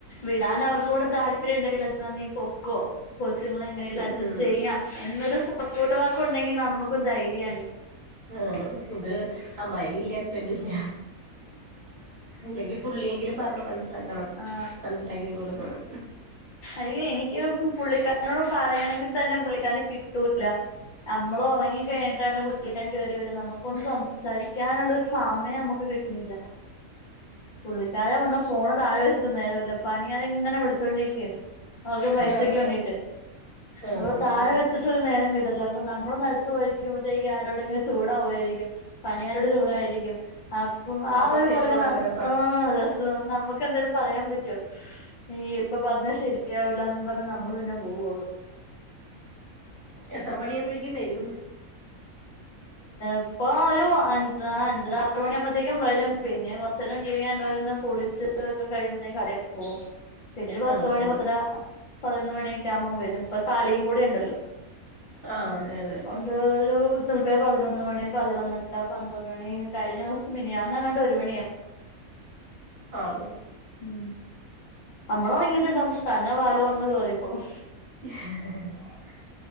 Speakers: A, on the left (about 55°); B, on the right (about 40°).
A: വിടാൻ അവർക്ക് കൂടെ താല്പര്യം ഇണ്ടെങ്കില എന്നാ നീ പൊക്കോ. കൊച്ചുങ്ങളെ എങ്ങനെലും അഡ്ജസ്റ്റ്
B: ഉം
A: ചെയ്യാം എന്നൊരു സപ്പോർട്ട് വാക്ക് ഉണ്ടെങ്കിൽ നമുക്ക് ധൈര്യം ആണെ
B: ആഹ് ഇത് അമ്മായിമ്മീം ഇല്ല ഹസ്ബൻഡും ഇല്ല. അല്ലെങ്കി പുള്ളിയെങ്കിലും പറഞ്ഞു മനസ്സിലാക്കണം.
A: ആ
B: മനസ്സിലാക്കി കൊടുക്കണം.
A: അയിന് എനിക്ക് പുള്ളിക്കാരനോട് പറയണങ്കിൽ തന്നെ പുള്ളിക്കാരനെ കിട്ടൂല. നമ്മള് ഒറങ്ങി കഴിഞ് ട്ടാണ് പുള്ളിക്കാരൻ കേറി വരുന്നത് നമുക്കൊന്നും സംസാരിക്കാനുള്ള സമയം നമുക്ക് കിട്ടുന്നില്ല. പുള്ളിക്കാരൻ വന്ന ഫോണ് താഴെ വെച്ചിട്ടു നേരല്ല പണിയാൻ ഇങ്ങനെ വിളിച്ചോണ്ടി അവർക്ക് പൈസക്ക്
B: ആഹ്
A: വേണ്ടിട്ട്.
B: ആഹ്
A: അപ്പൊ താഴെ
B: ആഹ്
A: വെച് ചിട്ട് ഒരു നേരം കിട്ടത്തില്ല അപ്പ നമ്മൾ ഒന്ന് അടുത്ത് പോയിരിക്കുമ്പഴത്തേക്കും ആരോടെങ്കിലും ചൂടാവായിരിക്കും. പണിയാരോട് ചൂടായിരിക്കും. അപ്പം ആ
B: അപ്പൊ
A: ഒരു
B: ചെല്ലുമ്പോ
A: പുറകെ നം
B: നല്ല രസാ
A: ആഹ് രസ നമുക് ൻക്കെന്തേലും പറയാൻ പറ്റോ. ഈ എപ്പൊ പറഞ്ഞ ശെരിയാവില്ലന്ന് പറഞ്ഞ നമ്മള് പിന്നെ പോവോ വിടന്
B: എത്ര മണിയവുമ്പോഴേക്കും വരും?
A: ഇപ്പൊ ഒരു അഞ്ച് അഞ്ച് ആറു മണിയ ആകുമ്പോത്തേക്കും വരും പിന്നെ കൊർച്ചേരം ടിവി കണ്ടോണ്ടിരിന്ന് കുളിച്ച് കഴിയുമ്പത്തേക്കും അദ്യം പോകും പിന്നെ ഒരു പത്ത്
B: ആഹ്
A: മണി
B: ആഹ്
A: പത്തര പതിനൊന്ന് മണിയൊക്കെ ആകുമ്പം വരും ഇപ്പ കളിയും കൂടെ ഉണ്ടല്ലോ.
B: ആഹ് അതെ അതെ.
A: <unintelligible> ചിലപ്പേ പതിനൊന്ന് മണി പതിനൊന്നര പന്ത്രണ്ട്മണി കഴിഞ്ഞ ദിവസം മിനിയാന്ന് എങ്ങാണ്ട് ഒരു മണി
B: ഹാവു
A: ഉം നമ്മള് ഉറങ്ങിട്ടുണ്ടാവും തന്നെ വാല് തുറന്ന് കേറിക്കോളും
B: <unintelligible>